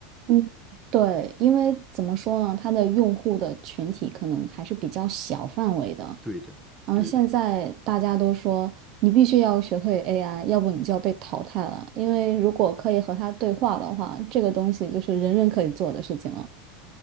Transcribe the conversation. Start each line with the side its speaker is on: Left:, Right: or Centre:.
Right: 嗯对，因为怎么说呢，它的用户的群体可能还是比较小范围的，
Centre: 对的，
Right: 然后现在大家都说你必须要学会
Centre: 对的。
Right: AI，要不你就要被淘汰了。因为如果可以和它对话的话，这个东西就是人人可以做的事情了。